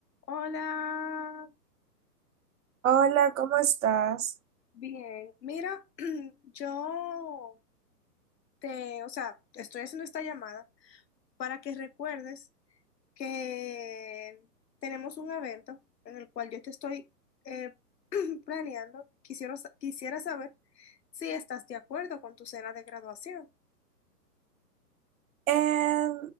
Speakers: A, on the left (about 80°); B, on the right (about 55°).
A: Hola,
B: Hola, ¿cómo estás?
A: bien. Mira, <clears throat> yo te, o sea, te estoy haciendo esta llamada para que recuerdes que tenemos un evento en el cual yo te estoy eh, <clears throat> planeando. Quisiera, sa- quisiera saber si estás de acuerdo con tu cena de graduación.
B: Em,